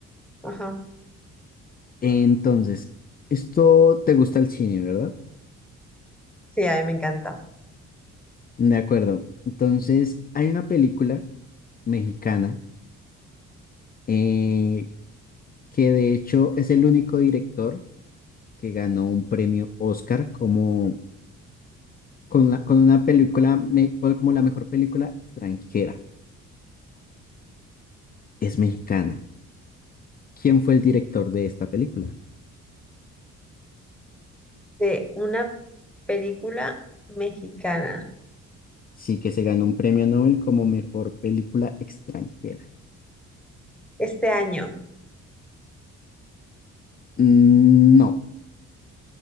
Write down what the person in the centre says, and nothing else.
ajá.
Sí, a mí me encanta.
De una película mexicana.
Este año.